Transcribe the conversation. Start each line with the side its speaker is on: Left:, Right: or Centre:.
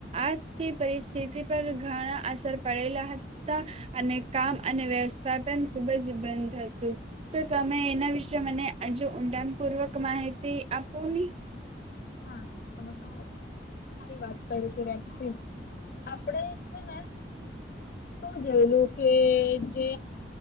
Right: આથી પરિસ્થિતિ પર ઘણા અસર પડેલા હતા અને કામ અને વ્યવસાય પણ ખુબ જ બંધ હતું તો તમે એના વિશે મને હજુ ઊંડાણ પૂર્વક માહિતી આપો ને.
Left: હા તમે તો. સારી વાત કરી હતી વેકસીન આપડે છે ને શું જોયેલું કે જે